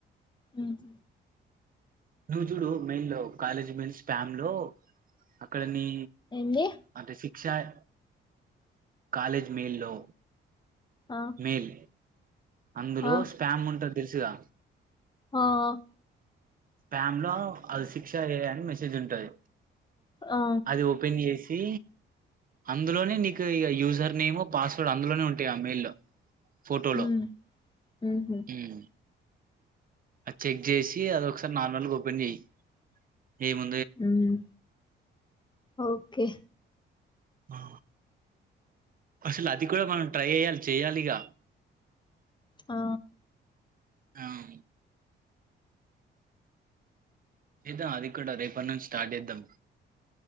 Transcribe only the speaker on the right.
నువ్వు జూడు మెయిల్లో కాలేజీ మెన్ స్టాండ్ లో అక్కడనీ
అంటే సిక్షయ్ కాలేజ్ మెయిల్ ల్లో
మేల్ అందులో
స్పామ్ ఉంటదెలుసుగా
ప్యామ్ లో అది శిక్ష ఎఐ అని మెసేజ్ ఉంటది
అది ఓపెన్ జేసి అందులోనే నీకు ఇగ యూజర్ నేము పాస్వర్డ్ అందులోనే ఉంటయ్ ఆ మెయిల్ లో ఫోటోలో
ఉమ్ అద్ చెక్ జేసి అది ఒకసార్ నార్మల్గ ఓపెన్ చేయి ఏము
ఆ అసలది కూడా మనం ట్రై ఏయాల్ చెయాలిగా
అవు ఏద్దాం అది కూడా రేపనుంచి స్టార్ట్ చేద్దాం